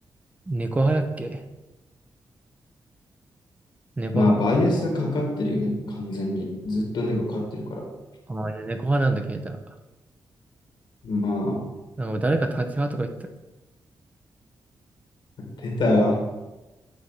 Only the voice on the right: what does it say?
猫派だっけ猫派。
ああ、マ猫派なんだ、消えた。
なんか誰か立ち派とか言ってた。